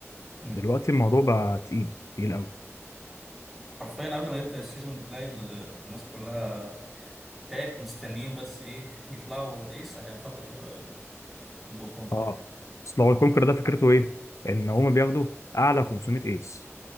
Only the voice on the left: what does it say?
دلوقتي الموضوع بقى تقيل تقيل قوي
اه اصل هو الكونكر ده فكرته ايه ان هما بياخدوا اعلى 500 ايس